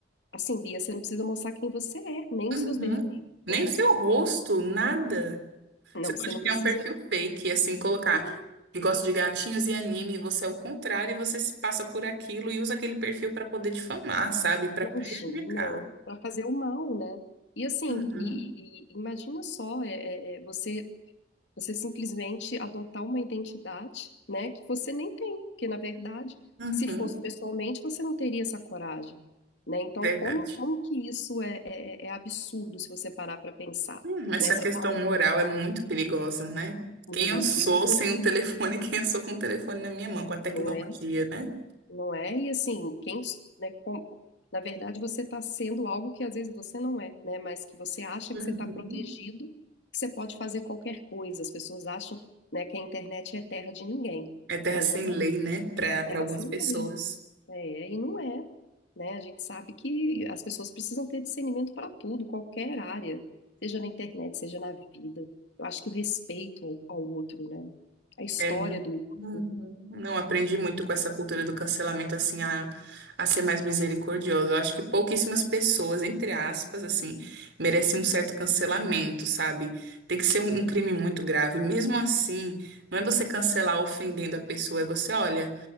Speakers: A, on the left; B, on the right.
A: assim, Bia, você não precisa mostrar quem você é, nem
B: Uhum.
A: os seus defeitos
B: Nem
A: né?
B: o seu rosto, nada.
A: Não,
B: Você pode
A: você não
B: criar
A: precisa.
B: um perfil fake, assim, colocar
A: Ah,
B: que gosta de gatinhos e anime, e você é o contrário, e você se passa por aquilo e usa aquele perfil para poder difamar, sabe? Para
A: Imagina,
B: prejudicar.
A: para fazer o mal, né? E assim,
B: Uhum,
A: e, e- e imagina só, é, é, é, você você simplesmente adotar uma identidade, né, que você nem tem, porque na verdade,
B: uhum,
A: se fosse pessoalmente, você não teria essa coragem, né? Então,
B: verdade.
A: como como que isso é, é, é absurdo se você parar para pensar,
B: Hum, essa
A: né? Você
B: questão
A: tá
B: moral é muito perigosa, né? Quem
A: muito,
B: eu sou
A: isso
B: sem o telefone, <laughs> quem eu sou com o telefone na minha mão, com a tecnologia,
A: não é?
B: né?
A: Não é? E assim, quem, né, como- na verdade você está sendo algo que às vezes você não é, né? Mas que você acha
B: Uhum.
A: que você está protegido, que você pode fazer qualquer coisa. As pessoas acham, né, que a internet é terra de ninguém,
B: É terra
A: mas
B: sem
A: não
B: lei, né? Para
A: é, é
B: para
A: terra
B: algumas
A: sem
B: pessoas.
A: lei. É, e não é, né? A gente sabe que as pessoas precisam ter discernimento para tudo, qualquer área, seja na internet, seja na vida. Eu acho que o respeito ao, ao outro, né? A história
B: É
A: do outro.
B: Uhum. Não aprendi muito com essa cultura do cancelamento, assim, a, a ser mais misericordiosa. Eu acho que pouquíssimas pessoas, entre aspas, assim, merecem um certo cancelamento, sabe? Tem que ser um, um crime muito grave. Mesmo assim, não é você cancelar ofendendo a pessoa, é você, olha,